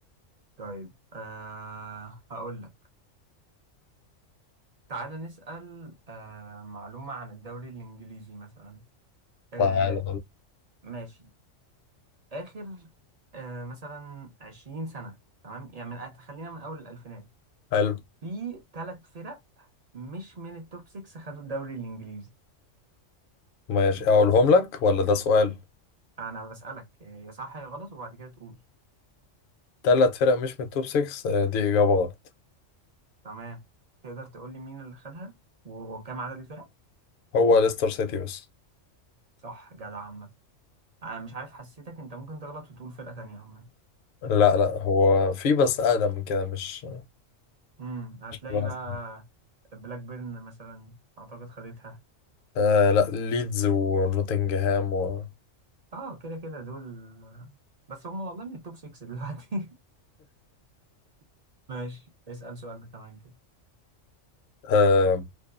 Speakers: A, on the right; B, on the left.
A: طيب آه هقول لك تعالى نسال آه معلومه عن الدوري الانجليزي مثلا آه
B: تعال
A: ماشي اخر آه مثلا 20 سنه تمام يعني من... خلينا من اول الالفينات
B: حلو
A: في ثلاث فرق مش من التوب 6 خدوا الدوري الانجليزي
B: ماشي أقولهم لك ولا ده سؤال؟
A: انا بسألك آه، يا صح يا غلط وبعد كده تقول
B: تلات فرق مش من التوب 6 دي إجابة غلط
A: تمام تقدر تقول لي مين اللي خدها وكم عدد الفرق
B: هو ليستر سيتي بس
A: صح جدع عامة انا مش عارف حسيتك انت ممكن تغلط وتقول فرقة تانية عامة
B: لا لا هو في بس أقدم من كده مش
A: امم هتلاقي
B: مش بس.
A: بقى بلاك بيرن مثلا اعتقد خدتها
B: آه لا ليدز ونوتنجهام و
A: اه كده كده دول آه، بس هم والله من التوب 6 دلوقتي <laughs> ماشي اسأل سؤال كمان كده
B: آه،